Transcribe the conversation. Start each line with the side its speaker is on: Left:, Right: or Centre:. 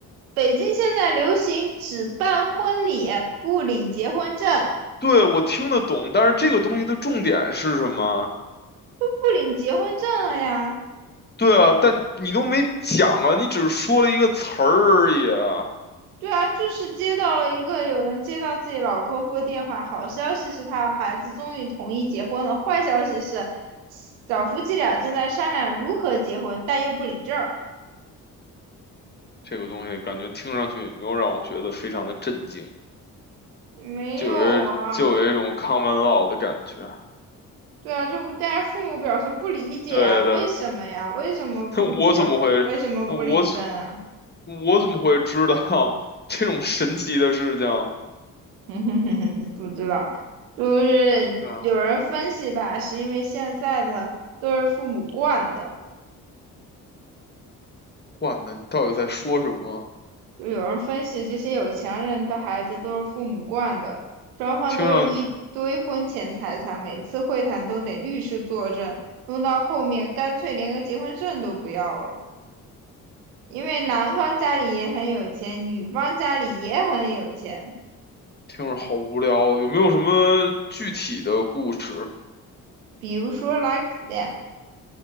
Right: 北京现在流行只办婚礼不领结婚证，
Left: 对，我听得懂，但是这个东西的重点是什么？
Right: 都不领结婚证了呀。
Left: 对啊，但你都没讲啊，你只是说了一个词儿而已啊。
Right: 对啊，就是接到了一个有人接到自己老客户电话，好消息是他孩子终于同意结婚了，坏消息是小夫妻俩正在商量如何结婚，但又不领证
Left: 这个东西感觉听上去也没有让我觉得非常的震惊。
Right: 没有啊，
Left: 就有一就有一种 common law 的感觉。
Right: 对啊，就但是父母表示不理解啊，
Left: 对的，
Right: 为什么呀？为什么不结婚？
Left: <laughs> 那我怎么会？
Right: 为什么不领证啊？
Left: 那我怎我怎么会知道 <laughs> 这种神奇的事情？
Right: <laughs> 哼哼哼哼，不知道，就是有人分析吧，
Left: 对啊
Right: 是因为现在的都是父母惯的，
Left: 管呢，你到底在说什么？
Right: 就有人分析这些有钱人的孩子都是父母惯的，双方都是一堆婚前财产，
Left: 听上去
Right: 每次会谈都得律师作证，弄到后面干脆连个结婚证都不要了，因为男方家里也很有钱，女方家里也很有钱，
Left: 听着好无聊，有没有什么具体的故事？
Right: 比如说 like that。